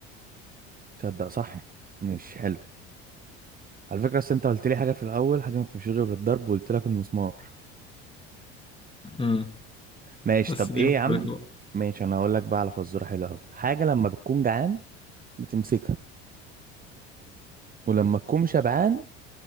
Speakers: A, on the right; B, on the left.
A: تصدق صح مش حلو على فكره اصل انت قلت لي حاجه في الاول حاجه ما بتمشيش غير بالضرب وقلت لك المسمار
B: امم
A: ماشي
B: بس
A: طب
B: دي
A: ايه
B: مختلفة
A: يا عم
B: بقى
A: ماشي انا هقول لك بقى على فزوره حلوه قوي حاجه لما بتكون جعان بتمسكها ولما تكون شبعان